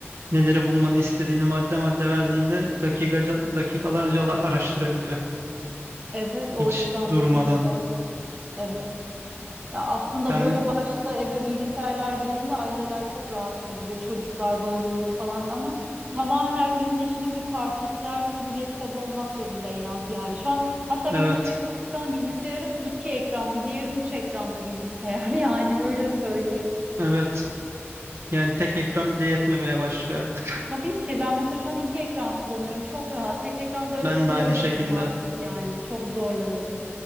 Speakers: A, on the right; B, on the right.
A: Neleri bulmanı istediğini madde madde verdiğinde dakikaca, dakikalarca ala- araştırabiliyor.
B: Evet, o
A: Hiç
B: açıdan
A: durmadan.
B: bakınca da evet. Ya aslında
A: Ben
B: böyle başta eve bilgisayarlar girdiğinde aileler çok rahatsızdı. Böyle çocuklar bağımlılık falan ama tamamen herkesin işinin bir parçası. Herkesin bir laptopu olmak zorunda en az yani. Şu an hatta
A: evet
B: benim iş yerimde şu an bilgisayarım iki ekranlı, diğeri üç ekranlı bilgisayar <laughs> yani öyle söyleyeyim.
A: evet yani tek ekran bile yetmemeye başlıyor artık.
B: Tabii
A: <laughs>
B: ki ben mesela şu an iki ekran kullanıyorum. Çok rahat. Tek ekranda aşırı
A: Ben de
B: zorlanırım
A: aynı şekilde.
B: artık yani. Çok zorlanırım.